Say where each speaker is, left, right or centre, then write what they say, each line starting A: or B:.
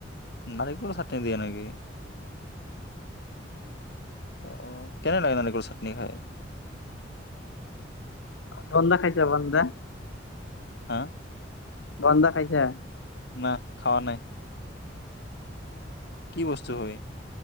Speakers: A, on the left; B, on the left.
A: নাৰিকলৰ চাটনি দিয়ে নেকি? অঁ, কেনে লাগে নো ক চাটনি খায়?
B: ভণ্ডা খাইছ ভণ্ডা?
A: হা?
B: ভণ্ডা খাইছা?
A: না, খোৱা নাই। কি বস্তু হয়